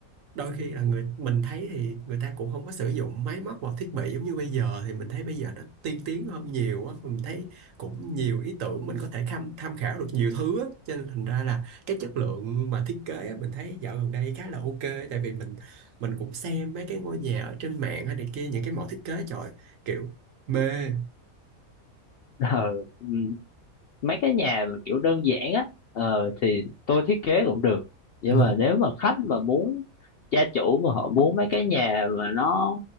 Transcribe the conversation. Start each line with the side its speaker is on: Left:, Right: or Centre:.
Right: đôi khi là người mình thấy thì người ta cũng không có sử dụng máy móc hoặc thiết bị giống như bây giờ thì mình thấy bây giờ nó tiên tiến hơn nhiều á mình thấy cũng nhiều ý tưởng mình có thể tham tham khảo được nhiều thứ á cho nên thành ra là cái chất lượng mà thiết kế á, mình thấy dạo gần đây khá là ok tại vì mình mình cũng xem mấy cái ngôi nhà ở trên mạng hay này kia những cái mẫu thiết kế trời kiểu mê
Left: <laughs> Ờ, ừ. mấy cái nhà mà kiểu đơn giản á ờ, thì tôi thiết kế cũng được nhưng
Right: ừ
Left: mà nếu mà khách mà muốn gia chủ mà họ muốn mấy cái nhà mà nó